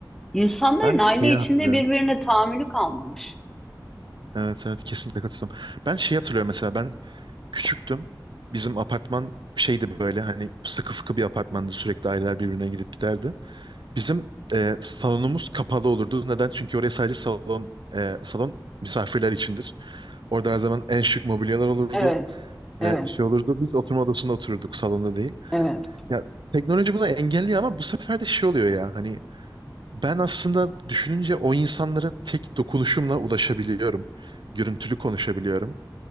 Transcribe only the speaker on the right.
Ben
şeyi
hatırlıyorum.
Evet evet kesinlikle katılıyorum. Ben şey hatırlıyorum mesela ben küçüktüm. Bizim apartman şeydi böyle hani sıkı fıkı bir apartmandı sürekli aileler birbirine gidip giderdi. Bizim e, salonumuz kapalı olurdu. Neden? Çünkü oraya sadece salon e, salon misafirler içindir. Orada her zaman en şık mobilyalar olurdu.
E, şey olurdu. Biz oturma odasında otururduk salonda değil.
Ya teknoloji bunu engelliyor ama bu sefer de şey oluyor ya hani ben aslında düşününce o insanlara tek dokunuşumla ulaşabiliyorum. Görüntülü konuşabiliyorum.